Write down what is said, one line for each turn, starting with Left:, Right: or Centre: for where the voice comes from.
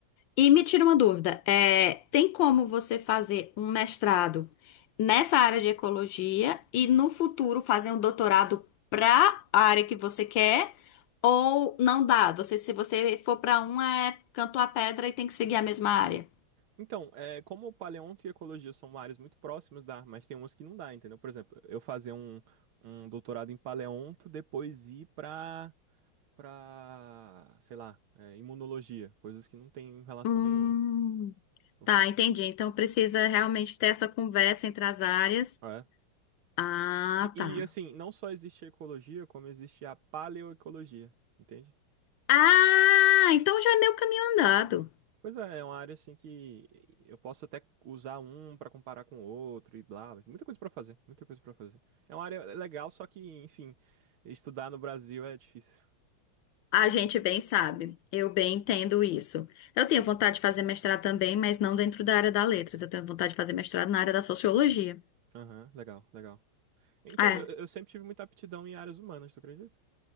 Left: E me tira uma dúvida, é, tem como você fazer um mestrado nessa área de ecologia e no futuro fazer um doutorado para a área que você quer? Ou não dá? Você, se você for para um, é canto a pedra e tem que seguir a mesma área?
Right: Então, é, como paleonto e ecologia são áreas muito próximas, dá, mas tem umas que não dá, entendeu? Por exemplo, eu fazer um, um doutorado em paleonto, depois ir pra, pra, sei lá, é, imunologia, coisas que não tem relação
Left: Hum.
Right: nenhuma. Eu
Left: Tá,
Right: fu-
Left: entendi. Então precisa realmente ter essa conversa entre as áreas.
Right: É.
Left: Ah,
Right: E,
Left: tá.
Right: e assim, não só existe a ecologia, como existe a paleoecologia, entende?
Left: Ah, então já é meio caminho andado.
Right: Pois é, é uma área assim que eu posso até usar um pra comparar com o outro e blá, blá. muita coisa pra fazer, muita coisa pra fazer. É uma área legal, só que, enfim, estudar no Brasil é difícil.
Left: A gente bem sabe. Eu bem entendo isso. Eu tenho vontade de fazer mestrado também, mas não dentro da área da letras. Eu tenho vontade de fazer mestrado na área da sociologia.
Right: Aham, legal, legal. Então,
Left: É.
Right: eu, eu sempre tive muita aptidão em áreas humanas, tu acredita?